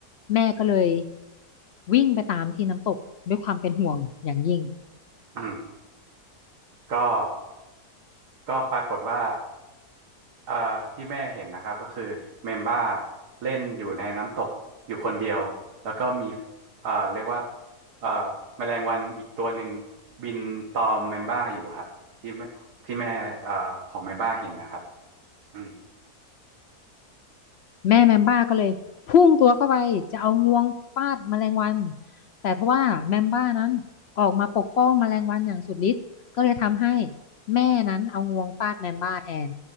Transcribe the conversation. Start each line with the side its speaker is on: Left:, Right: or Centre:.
Left: แม่ก็เลยวิ่งไปตามที่น้ำตกด้วยความเป็นห่วงอย่างยิ่ง
Right: <laughs> อืมก็ก็ปรากฏว่า อ่าที่แม่เห็นนะครับก็คือเมมบ้าเล่นอยู่ในน้ำตกอยู่คนเดียวแล้วก็มีอ่าเรียกว่าอ่าแมลงวันอีกตัวหนึ่งบินตอมเมมบ้าอยู่ครับที่แม่ที่แม่อ่าของเมมบ้าเห็นนะครับอืม
Left: แม่แมมบ้าก็เลยพุ่งตัวเข้าไปจะเอางวงฟาดแมลงวันแต่ทว่าแมมบ้านั้นออกมาปกป้องแมลงวันอย่างสุดฤทธิ์ก็เลยทำให้แม่นั้นเอางวงฟาดแมมบ้าแทน